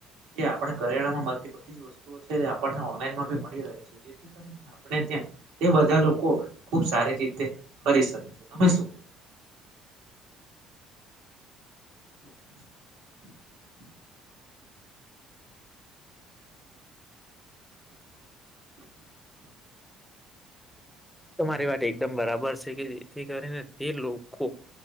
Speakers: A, on the right; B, in the centre.
A: જે આપણે કરિયાણામાં મળતી બધી જ વસ્તુ છે આપણને ઓનલાઈનમાંી મળી રહે છે જેથી આપણે ત્યાં તે બધા લોકો ખુબ સારી રીતે કરી શકી છે તમે શું હરા
B: તમારી વાત એકદમ બરાબર છે કે જેથી કરીને તે લોકો